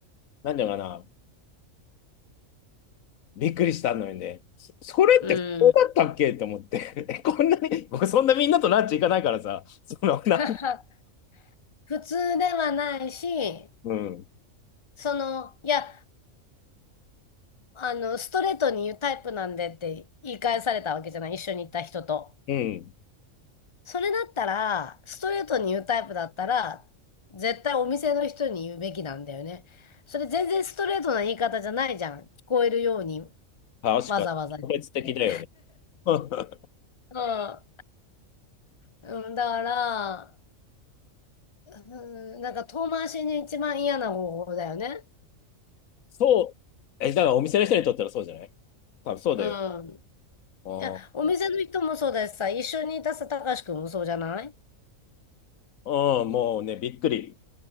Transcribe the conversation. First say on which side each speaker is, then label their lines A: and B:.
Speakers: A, on the left; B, on the left.
A: なんていうのかな、びっくりしたのよね。それってそうだったっけと思って。
B: うん。
A: <laughs> こんなに、<laughs> 僕そんなみんなとランチ行かないからさ、そのな、
B: <laughs> 普通ではないし、
A: うん、
B: その、いや、あの、ストレートに言うタイプなんでって言い返されたわけじゃない。一緒に行った人と。
A: うん、
B: それだったら、ストレートに言うタイプだったら、絶対お店の人に言うべきなんだよね。それ全然ストレートな言い方じゃないじゃん。聞こえるように
A: 確かに、
B: わざわざ言って。
A: 特別的だよね。<laughs>
B: うん。うん、だから、うん、なんか遠回しに一番嫌な方法だよね。
A: そう、え、だからお店の人にとったらそうじゃない多分そうだよ。
B: うん。い
A: あ
B: や、お店の人もそうだしさ、一緒にいたさ、たかしくんもそうじゃない
A: あうんもうね、びっくり。